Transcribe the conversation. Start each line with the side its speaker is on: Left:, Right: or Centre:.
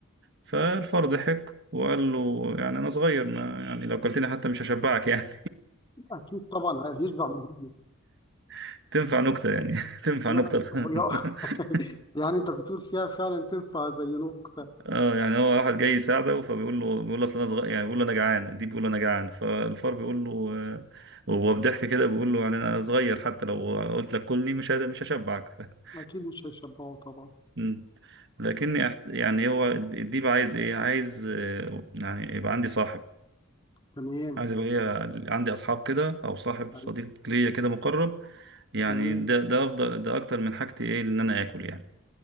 Right: فالفار ضحك وقال له يعني أنا صغير ما يعني لو قلتني حتى مش هشبعك يعني
Left: اكيد طبعا هيشبع منهم
Right: <laughs> تنفع نكتة يعني <laughs> تنفع
Left: يعني
Right: نكتة
Left: هو يا-
Right: <laughs>
Left: <laughs> يعني انت بتقول فيها فعلا تنفع زي نكتة
Right: اه يعني هو واحد جاي يساعده فبيقول له بيقول له أصل أنا صغير يعني بيقول له أنا جعان دي بيقول له أنا جعان فالفار بيقول له آه، وهو بضحك كده بيقول له يعني أنا صغير حتى لو قلت لك كلني مش هت- مش هشبعك <laughs>
Left: اكيد مش هيشبعوا طبعا
Right: مم. لكني أحت- يعني هو الديب عايز إيه؟ عايز آه، يعني يبقى عندي صاحب
Left: تمام
Right: عايز يبقى ليا عندي اصحاب كده او صاحب
Left: يعني
Right: صديق ليا كده مقرب يعني
Left: تمام
Right: ده ده افضل ده اكتر من حاجتي ايه ان انا اكل يعني